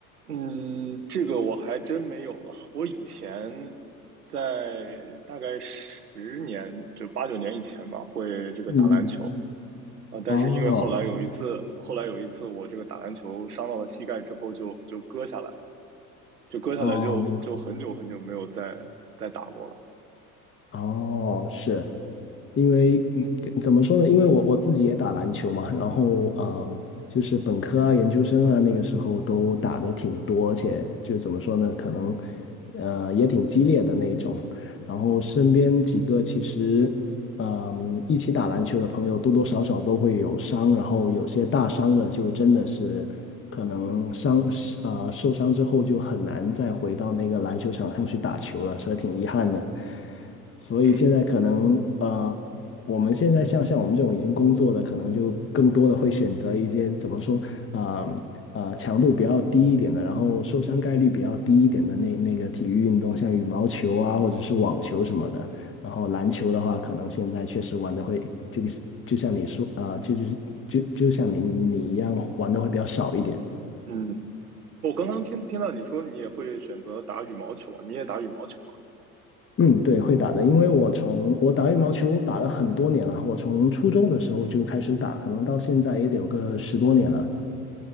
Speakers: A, on the right; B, on the left.
A: 嗯，这个我还真没有了。我以前在大概十年，就八九年以前吧，会这个打篮球
B: 嗯嗯。
A: 啊，呃但是因为后来有一次，
B: 哦
A: 后来有一次我这个打篮球伤到了膝盖之后就，就割下来了，就割下来就就很久很久没有再再打过了。
B: 哦，明白。哦，是因为嗯怎么说呢？因为我我自己也打篮球嘛，然后嗯，就是本科啊、研究生啊，那个时候都打的挺多，而且就怎么说呢，可能呃也挺激烈的那一种。然后身边几个其实嗯一起打篮球的朋友，多多少少都会有伤，然后有些大伤的就真的是可能伤呃受伤之后就很难再回到那个篮球场上去打球了，所以挺遗憾的。所以现在可能呃，
A: 嗯
B: 我们现在像像我们这种已经工作的，可能就更多的会选择一些怎么说，啊呃，呃强度比较低一点的，然后受伤概率比较低一点的那那个体育运动，像羽毛球啊，或者是网球什么的。然后篮球的话，可能现在确实玩的会就就像你说啊、呃就就是就就像你你一样玩的会比较少一点。
A: 嗯，我刚刚听听到你说你也会选择打羽毛球啊，你也打羽毛球吗？
B: 嗯，对，会打的，因为我从我打羽毛球打了很多年了，我从初中的时候就开始打，可能到现在也得有个十多年了。